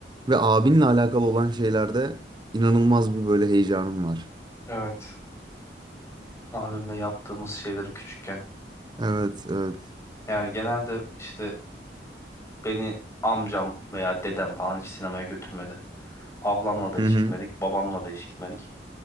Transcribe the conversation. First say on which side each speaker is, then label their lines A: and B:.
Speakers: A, on the right (about 25°); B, on the left (about 15°).
A: Ve abinle alakalı olan şeylerde inanılmaz bir böyle heyecanım var.
B: Evet. Abimle yaptığımız şeyleri küçükken.
A: Evet, evet.
B: Yani genelde işte beni amcam veya dedem falan hiç sinemaya götürmedi. Ablamla da hiç
A: Hı hı.
B: gitmedik, babamla da hiç gitmedik.